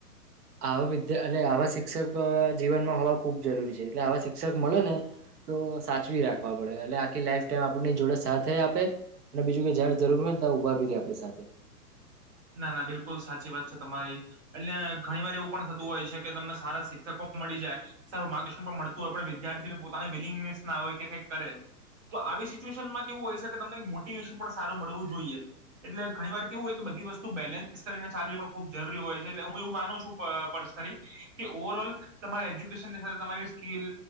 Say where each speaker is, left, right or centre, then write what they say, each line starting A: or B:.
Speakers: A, on the right; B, on the right.
A: આવા વિદ્યા એટ આવા શિક્ષક જીવનમાં હોવા ખૂબ જરૂરી છે એટલે આવા શિક્ષક મળે ને તો સાચવી રાખવા પડે એટલે આખી લાઈફ ટાઈમ આપ જોડે સાથે આપે અને બીજું કે જયારે જરૂર હોય ને તં ઉભા બી રે આપણી સાથે
B: ના ના બિલકુલ સાચી વાત છે તમારી એટલે ઘણી વાર એવું પણ થતું હોય છે કે તમને સારા શિક્ષકો મળી જાય સારું માર્ગર્શન પણ મળતું હોય પણ વિદ્યાર્થી પોતાની વિલિંગનેસ ના હો કે કઈક કરે તો આવી સિચ્યુએશન માં કેવું હોય છે કે તમને મોટિવેશન પણ સારું મળવું જોઈએ એટલે ઘણી વાર કેવું હોય કે બધી વસ્તુ બેન્સ કરીને ચાલવી પણ ખૂબ જરૂરી હોય છે એટલે હું એવું માનું છું પર્સનલી કે ઓવર ઓલ તમારી એજ્યુકેશનની સાથે તમારી સ્કીલ